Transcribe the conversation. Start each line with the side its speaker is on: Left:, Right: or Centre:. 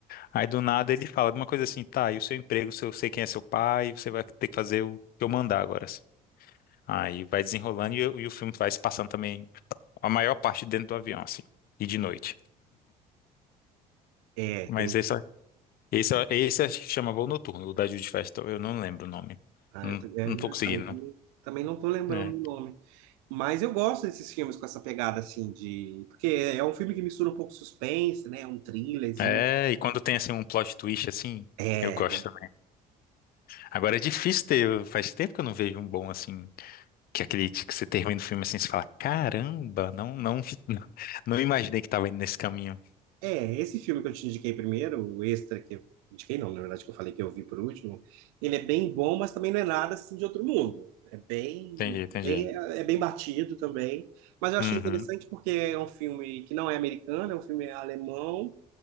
Left: Aí do nada ele fala de uma coisa assim, tá, e o seu emprego, se eu sei quem é seu pai, você vai ter que fazer o que eu mandar agora, assim. Aí vai desenrolando e, o e o filme vai se passando também a maior parte dentro do avião, assim. E de noite.
Right: É,
Left: Mas
Right: tem.
Left: esse, esse, esse acho que chama Voo Noturno, o da Judy Festival, eu não lembro o nome.
Right: Ah,
Left: Não,
Right: eu tô- é
Left: não
Right: engraçado,
Left: tô conseguindo.
Right: eu também, também não tô lembrando
Left: É.
Right: do nome. Mas eu gosto desses filmes com essa pegada, assim, de... Porque é um filme que mistura um pouco suspense, né? Um thrillerzinho.
Left: É, e quando tem, assim, um plot twist, assim,
Right: É,
Left: eu gosto Agora é difícil ter, faz tempo que eu não vejo um bom assim, que é aquele que você termina o filme assim, você fala, caramba, não, não, <laughs> não imaginei que tava indo nesse caminho.
Right: É, esse filme que eu te indiquei primeiro, o Extra, que eu indiquei não, na verdade que eu falei que eu vi por último, ele é bem bom, mas também não é nada assim de outro mundo. É bem,
Left: Entendi, entendi.
Right: bem, é bem batido também. Mas eu achei
Left: Uhum.
Right: interessante porque é um filme que não é americano, é um filme alemão,